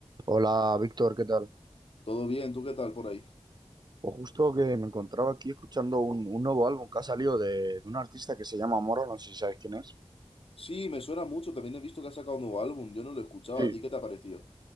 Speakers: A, on the right; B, on the left.
A: Hola, Víctor, ¿qué tal?
B: Todo bien, ¿tú qué tal por ahí?
A: Pues justo que me encontraba aquí escuchando un, un nuevo álbum que ha salido de, de un artista que se llama Moro, no sé si sabes quién es.
B: Sí, me suena mucho, también he visto que ha sacado un nuevo álbum, yo no lo escuchaba,
A: Sí,
B: ¿a ti qué te ha parecido?